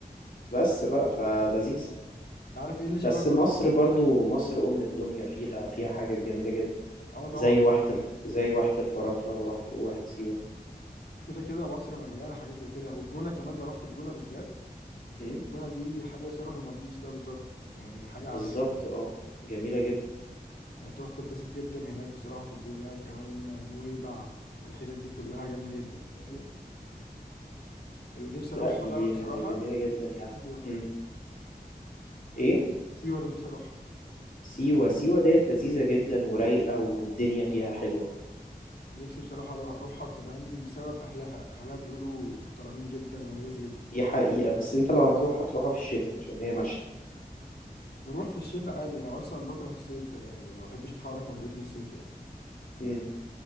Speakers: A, on the left; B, on the left.
A: بس بقى فلذيذة
B: انت عارف ايه اللي شبه
A: بس
B: جزر
A: مصر
B: المالديفز؟
A: برضو مصر
B: جونة
A: أم الدنيا فيها فيها حاجات جميلة جدا
B: اه طبعا
A: زي واحة ال... زي واحة الفرافرة وراحة واحة سيوة
B: كده كده مصر مليانه حاجات زي كده والجونه كمان لو رحت الجونه بالذات
A: أمم،
B: الجونه دي حاجه شبه المالديفز كده بالظبط يعني حاجه عالميه
A: بالظبط اه جميلة جدا
B: يعني تروح تتبسط جدا هناك بصراحه في الجونه وكمان نويبع والحتت دي كلها جامده جدا
A: أمم،
B: اللي نفسي اروحها
A: لا دي
B: بقى بصراحه
A: آه، جميلة جدا يعني
B: سيوه
A: أمم، ايه
B: سيوه اللي نفسي اروحها
A: سيوة سيوة ديت لذيذة جدا ورايقة والدنيا فيها حلوة
B: نفسي بصراحه اروح- اروحها كمان بسبب اهلها اهلها بيقولوا محترمين جدا ولذيذ جدا
A: دي
B: وجد-
A: حقيقة بس انت لو هتروح هتروحها في الشتاء عشان هي مشتى
B: نروح في الشتاء عادي انا اصلا بكره الصيف ده يعني ما بحبش اتحرك من البيت من الصيف يعني
A: أمم،